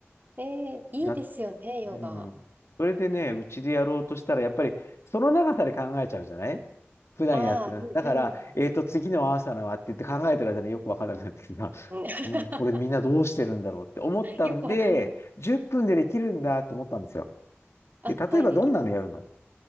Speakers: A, on the right; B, on the left.
A: ええいいですよね、
B: う、やっ
A: ヨガ。
B: うん。それでね、うちでやろうとしたら、やっぱりその長さで考えちゃうじゃない普段やってる。
A: ああ、うんうん。
B: だから、えっと、次の朝のはって言って考えてる間によくわからなくなってきてさ、
A: うん <laughs>
B: うん、これみんなどうしてるんだろうって思ったんで、
A: よくわかんなく。
B: 10分でできるんだと思ったんですよ。
A: あ、
B: で、例えばどんなのやるの
A: はい、できます。